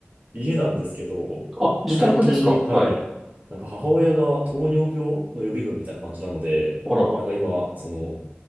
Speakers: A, on the right; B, in the centre.
A: 家なんですけど、
B: あ、自宅ですかはい。
A: 最近、はい。なんか母親が糖尿病の予備軍みたいな感じなので、
B: あらら。
A: なんか今、その、